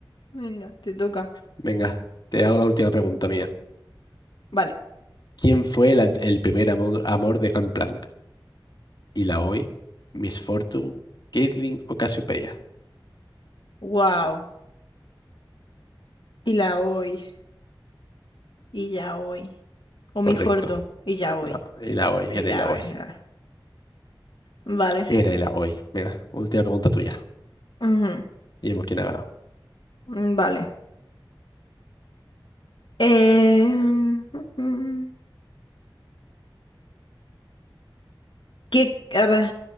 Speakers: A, on the left; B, on the left.
A: Venga, te toca.
B: Venga, te hago la última pregunta mía.
A: Vale.
B: ¿Quién fue la- el primer amor, amor de Gangplank? Illaoi, Miss Fortune, Caitlyn o Cassiopeia.
A: Wow. Y la hoy. Y ya hoy. O mi
B: Correcto.
A: forto. Y ya hoy.
B: No, Illaoi,
A: Y
B: era
A: ya
B: Illaoi.
A: hoy. era. Vale.
B: Era Illaoi. Venga, última pregunta tuya.
A: Ujú.
B: Y vemos quién ha ganado.
A: Mm, Vale. Eh... ujú. <laughs> ¿Qué? A ver.